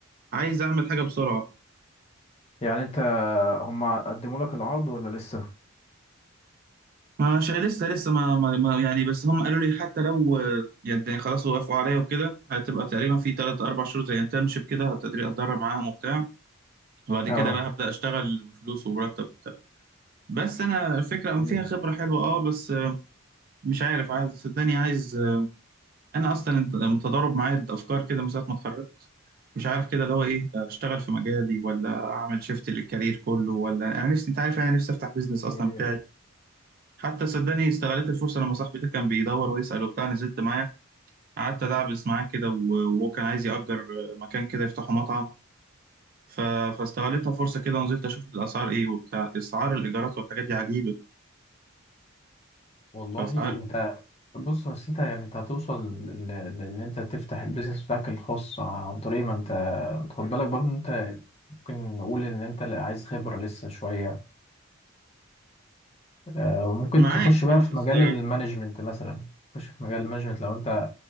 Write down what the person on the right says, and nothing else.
عايز اعمل حاجه بسرعه
مش لسه لسه ما, ما ما- يعني بس هم قالوا لي حتى لو آه، يعني خلاص وافقوا عليا وكده هتبقى تقريبا في تلات أربع شهور زي انترنشيب كده هتقدري أتدرب معاهم وبتاع وبعد
كده بقى هبدأ أشتغل بفلوس ومرتب وبتاع بس أنا الفكرة أم
فيها خبرة حلوة أه بس آه، مش عارف عايز صدقني عايز آه، أنا أصلا انت- آه، متضارب معايا أفكار كده من ساعة ما اتخرجت مش عارف كده اللي هو إيه آه، أشتغل في مجالي ولا أعمل شيفت للكارير كله ولا أنا نفسي أنت عارف أنا نفسي أفتح بيزنس أصلا
بتاعي حتى صدقني استغلت الفرصة لما صاحبي ده كان بيدور ويسأل وبتاع نزلت معاه قعدت أدعبس معاه كده و- وهو كان عايز يأجر مكان كده يفتحه مطعم ف... فاستغلتها فرصة كده ونزلت أشوف الأسعار إيه وبتاع أسعار الإيجارات والحاجات دي عجيبة
الأسعار
معاك
معاك
بس